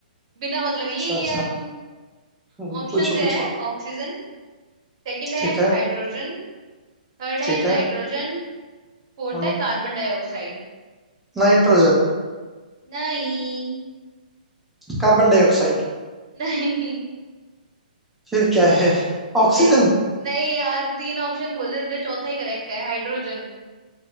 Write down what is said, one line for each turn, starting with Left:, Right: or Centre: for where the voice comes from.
Right: बिना मतलब हीलियम
Centre: अच्छा अच्छा हम्म,
Right: <laughs> ऑप्शंस
Centre: पूछो
Right: ये
Centre: पूछो
Right: है ऑक्सीजन सेकंड है
Centre: ठीक है
Right: हाइड्रोजन थर्ड है
Centre: ठीक
Right: नाइट्रोजन
Centre: है
Right: फोर्थ
Centre: हाँ
Right: है कार्बन डाइऑक्साइड
Centre: नाइट्रोजन
Right: नहीं
Centre: Carbon dioxide
Right: <laughs> नहीं
Centre: फिर क्या है ऑक्सीजन
Right: देख नहीं यार तीन ऑप्शन बोले थे चौथा ही करेक्ट है हाइड्रोजन